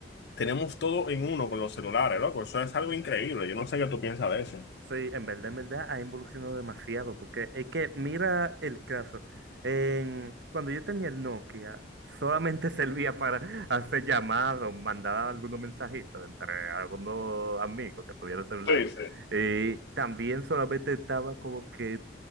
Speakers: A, on the left; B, on the right.
A: tenemos todo en uno con los celulares, loco. Eso es algo increíble. Yo no sé qué tú piensas de eso.
B: Sí, en verdad, en verdad ha evolucionado demasiado, porque es que mira el caso. En- cuando yo tenía el Nokia, solamente <laughs> servía para hacer llamadas, mandar algunos mensajitos entre algunos amigos que tuvieran celular.
A: Sí, sí.
B: Y también solamente estaba como que